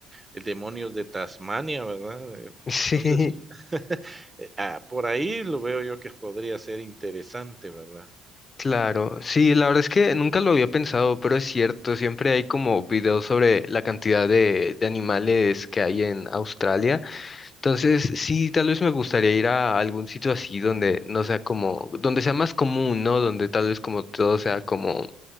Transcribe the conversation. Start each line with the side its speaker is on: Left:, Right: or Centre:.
Right: el demonios de Tasmania, ¿verdad? Eh,
Left: Sí,
Right: Entonces,
Left: <laughs>
Right: <laughs> eh, ah, por ahí lo veo yo que podría ser interesante, ¿verdad?
Left: claro. Sí, la verdad es que nunca lo había pensado, pero es cierto. Siempre hay como videos sobre la cantidad de, de animales que hay en Australia. Entonces, sí, tal vez me gustaría ir a algún sitio así donde no sea como, donde sea más común, ¿no? Donde tal vez como todo sea como,